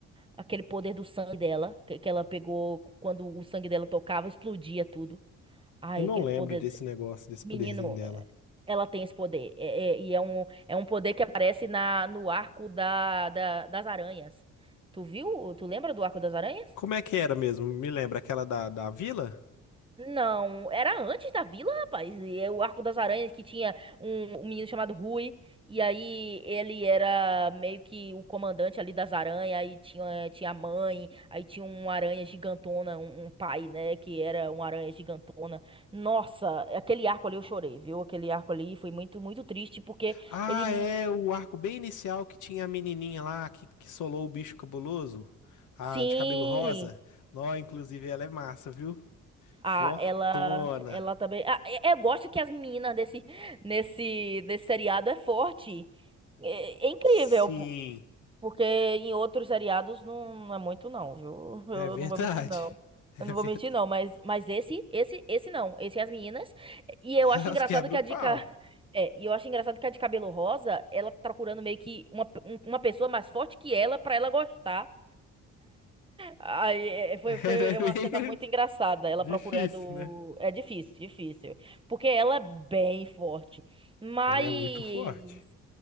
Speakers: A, on the right; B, on the left.
A: aquele poder do sangue dela, que, que ela pegou quando o sangue dela tocava, explodia tudo. Ai,
B: Eu não
A: aquele
B: lembro
A: poder.
B: desse negócio, desse
A: Menino,
B: poderzinho dela.
A: é, ela tem esse poder. É- é- e é um, é um poder que aparece na, no arco da, da- das aranhas. Tu viu? Tu lembra do arco das aranhas?
B: Como é que era mesmo? Me lembra aquela da, da vila?
A: Não, era antes da vila, rapaz. E é O Arco das Aranhas que tinha um, um menino chamado Rui. E aí ele era meio que o comandante ali das aranhas. Aí tinha, tinha a mãe. Aí tinha uma aranha gigantona, um, um pai, né? Que era uma aranha gigantona. Nossa, aquele arco ali eu chorei, viu? Aquele arco ali foi muito, muito triste porque
B: Ah,
A: ele.
B: é o arco bem inicial que tinha a menininha lá que, que solou o bicho cabuloso, a
A: Sim.
B: de cabelo rosa. Nó, inclusive, ela é massa, viu?
A: Ah,
B: Fortona.
A: ela, ela também. Ah, eu eu gosto que as meninas desse, nesse, nesse seriado é forte. É, é incrível,
B: Sim,
A: po- porque em outros seriados não, não é muito não, viu?
B: é
A: Eu
B: verdade.
A: não vou mentir não.
B: É
A: Eu não
B: verdade.
A: vou mentir não, mas, mas esse, esse, esse não. Esse é as meninas. E eu
B: <laughs>
A: acho
B: Elas
A: engraçado
B: quebram
A: que a
B: o pau.
A: dica é, e eu acho engraçado que a de cabelo rosa, ela tá procurando meio que uma, um- uma pessoa mais forte que ela pra ela gostar Aí é,
B: <laughs>
A: é, foi,
B: Ela
A: foi
B: é meio
A: uma cena muito engraçada, ela
B: difícil,
A: procurando.
B: né?
A: É difícil, difícil. Porque ela é bem forte. Mas.
B: Ela é muito forte.